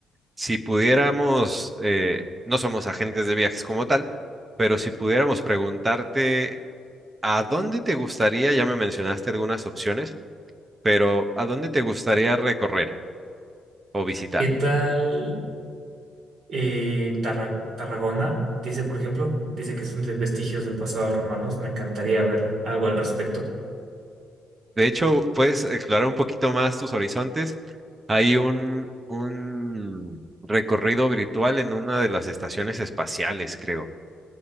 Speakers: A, on the right; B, on the right.
A: si pudiéramos, eh, no somos agentes de viajes como tal, pero si pudiéramos preguntarte, ¿a dónde te gustaría? Ya me mencionaste algunas opciones, pero ¿a dónde te gustaría recorrer o visitar?
B: ¿Qué tal eh, Tarra- Tarragona? Dice, por ejemplo, dice que son de vestigios de pasados romanos. Me encantaría ver algo al respecto.
A: De hecho, puedes explorar un poquito más tus horizontes. Hay un, un recorrido virtual en una de las estaciones espaciales, creo.